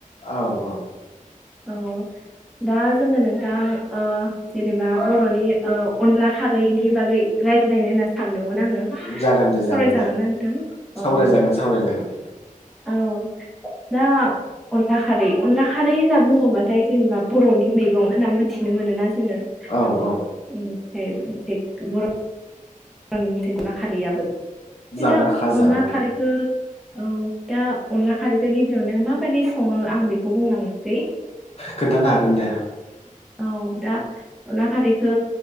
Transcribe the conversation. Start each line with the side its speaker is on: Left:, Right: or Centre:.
Left: औ औ
Centre: औ दा जोङो नोंथां ओ जेनेबा बर'नि ओ अनला खारैनि बागै रायज्लायनो होनना सान दोंमोन आङो सावरायजागोन
Left: जागोन दे जागोन दे
Centre: ना नोंथां
Left: सावरायजागोन
Centre: औ
Left: सावरायजागोन
Centre: औ। दा अनला खारै अनला खारै होनना बुङोबाथाय जेनेबा बर'नि मैगं होनना मोन थिनो मोनोना जोङो उ-
Left: औ औ
Centre: <unintelligible> बर' बर'नि <unintelligible> खारैयाबो बिदिनो
Left: जाब्रा खाजा
Centre: अनला
Left: औ
Centre: खारैखौ औ दा अनला खारैखौ गिबियावनो माबायदि सङो आं बेखौ बुंलांनोसै
Left: खोनथानो हागोन दे।
Centre: औ दा अनला खारैखौ